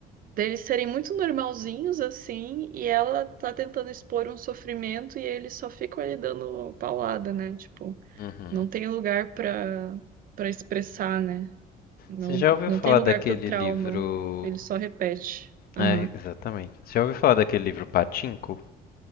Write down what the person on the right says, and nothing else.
deles serem muito normalzinhos, assim, e ela tá tentando expor um sofrimento e eles só ficam ali dando paulada, né? Tipo,
não tem lugar pra, pra expressar, né? Não,
não
tem lugar
pro trauma.
Ele só repete. Aham.